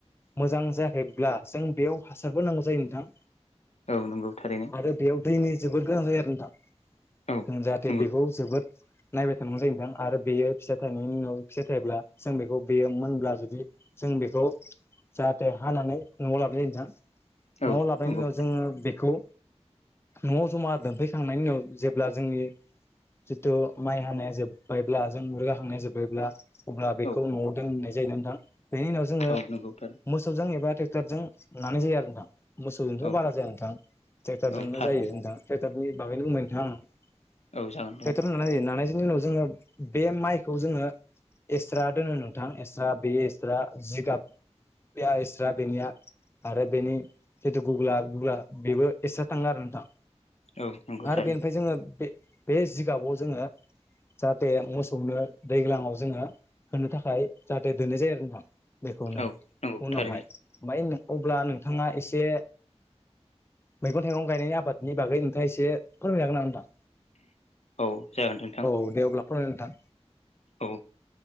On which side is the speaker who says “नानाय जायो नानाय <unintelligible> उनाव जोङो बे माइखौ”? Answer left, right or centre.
Left